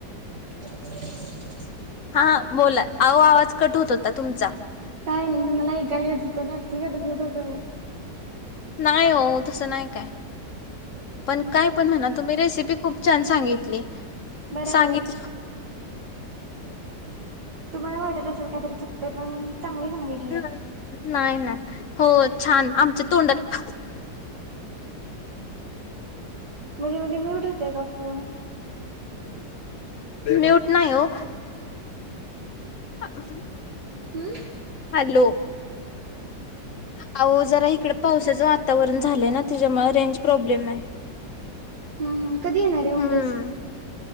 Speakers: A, on the right; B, on the left.
A: ह
B: हा बोला आहो आवाज कट होत होता तुमचा
A: काही नाही तुम्हाला ऐकायला येत होतं नाटकी करत होत तुम्ही
B: नाही हो तस नाही काय पण
A: तुम्ही
B: काय पण म्हणा तुम्ही रेसिपी खूप छान सांगितली
A: बरोबर
B: सांगितली
A: आहे तुम्हाला वाटत असेल काहीतरी चुकते पण चांगल सांगितल.
B: <unintelligible> नाही नाही हो छान आमच्या तोंडाला
A: म्हध्येे म म्यूट होते का फोन.
B: न्यूट नाही हो.
A: ह <inaudible>
B: आतस <inaudible>
A: हम्म.
B: हॅलो. अहो जरा इकडे पावसाचं वातावरण झालंय ना त्याच्यामुळे रेंज प्रॉब्लेम आहे.
A: हम हम कधी येणार आहे उमरस.
B: हम्म